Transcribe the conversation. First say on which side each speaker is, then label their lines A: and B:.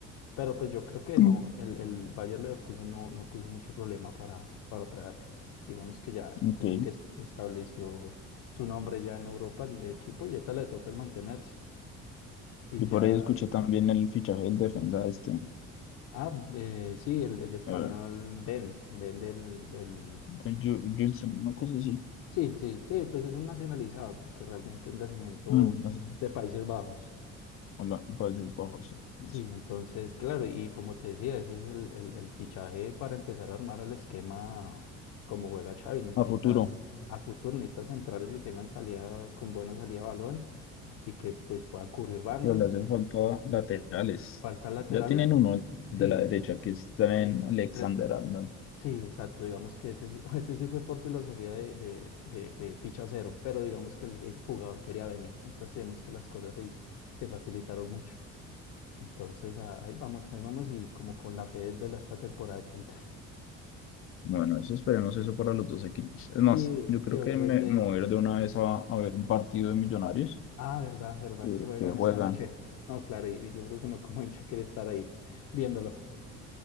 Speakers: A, on the left; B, on the left.
A: Pero pues yo creo que no,
B: Mm.
A: el, el Bayer Leverkusen no, no puso mucho problema para, para traerlo. Digamos que ya
B: Ok,
A: como que es- estableció su nombre ya en Europa el equipo y ahorita le toca es mantenerse. Y
B: yo
A: ya,
B: por ahí escuché también el fichaje del defensa este,
A: ah, eh, sí, el, el español
B: eh,
A: Den, Den del, del...
B: del Ju- Wilson, una cosa así.
A: Sí, sí, sí, pues es un nacionalizado porque realmente es nacimiento
B: Mm, así.
A: de Países Bajos.
B: Hola, puede ser bajo, sí, no
A: Sí, entonces, claro, y como te decía, ese es el, el- el fichaje para empezar a armar el esquema como juega Xavi. Necesitas
B: A futuro,
A: a futuro, necesitas centrales que tengan salida, con buena salida de balón y que pues puedan cubrir bandas
B: pero le hace
A: y
B: falta laterales.
A: faltan laterales.
B: Ya tienen uno
A: Sí,
B: de la derecha que está
A: el,
B: en Alexander
A: re-
B: Arnold.
A: sí, exacto, digamos que ese, es- <laughs> ese sí fue por filosofía de, de, de- de ficha cero, pero digamos que el, el jugador quería venir, entonces vemos que las cosas se, hiz- se facilitaron mucho. Entonces a- ahí vamos, ahí vamos y como con la fe del de la, esta temporada que entra.
B: Bueno, eso esperemos eso para los dos equipos. Es más,
A: Sí,
B: yo creo
A: sí, obviamente.
B: que me, me voy a ir de una vez a, a ver un partido de Millonarios
A: Ah, verdad, verdad
B: que,
A: que juegan
B: que juegan.
A: esta noche. No, claro, y, y yo creo que uno como hincha quiere estar ahí viéndolo.